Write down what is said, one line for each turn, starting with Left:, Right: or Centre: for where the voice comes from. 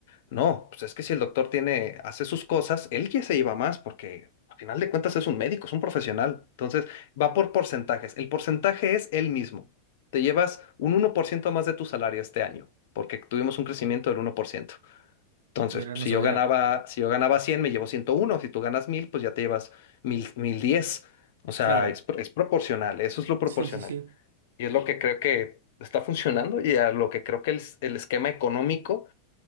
Left: No, pues es que si el doctor tiene, hace sus cosas, él ya se lleva más porque al final de cuentas es un médico, es un profesional. Entonces va por porcentajes. El porcentaje es el mismo. Te llevas un 1% más de tu salario este año porque tuvimos un crecimiento del 1%. Entonces,
Right: Mira,
Left: pues,
Right: no
Left: si
Right: sabía.
Left: yo ganaba, si yo ganaba 100 me llevo 101. Si tú ganas 1000, pues ya te llevas mil mil diez. O sea,
Right: Claro.
Left: es, pro- es proporcional, eso es lo proporcional.
Right: Sí, sí, sí.
Left: Y es lo que creo que está funcionando y a lo que creo que el, s- el esquema económico,